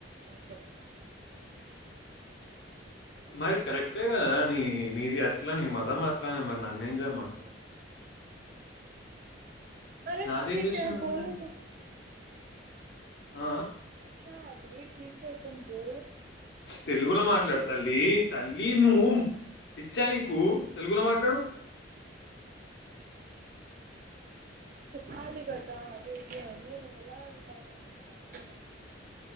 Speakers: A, on the right (about 45°); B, on the left (about 55°).
A: <unintelligible> క్
B: మరి కరెక్ట్ బేగా న నీది అట్ల నీ మదమ్ం అట్లనే మరి నన్నేం చేయమంటూ
A: అరే
B: నాదేం
A: ఠకే
B: చేసాను
A: బోలు
B: నేను?
A: తూ
B: ఆ
A: అభ క తమ్ బో
B: తెలుగులో మాట్లాడతల్లి తల్లి లీ ను పిచ్చాని కు తెలుగులో మాట్లాడు
A: ఖళ కట్టా అది ఇది అనిలా అ